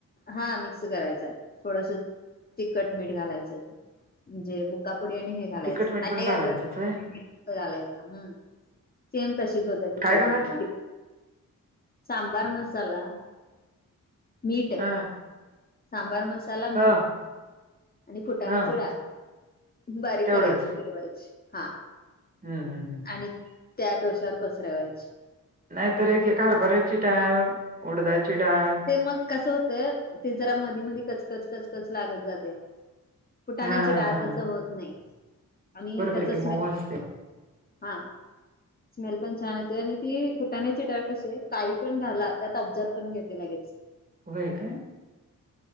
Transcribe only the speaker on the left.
हा मिक्स करायचा थोडसा तिखट-मीठ घालायचं. म्हणजे बुकापुडी आणि हे घालायचं
नाही
<inaudible> घालायचं हम्म. सेम तशीच होते ती
चटणी.
सांभर मसाला, मीठ
सांबार मसाला, मीठ
आणि फुटाण्याची
डाळ. बारीक
करायची फिरवायची हा.
आणि त्या डोश्यावर पसरावायची.
ते मग कसं होतय ते जरा मधी मधी कचकच कचकच लागत जाते. फुटाण्याची
डळात
तसं होत नाही आणि
त्याचा
स्मेल
हा. स्मेल पण छान येते आणि ती फुटाण्याची डाळ कशी आहे काही पण घाला त्यात ऑब्झर करून घेते लगेच.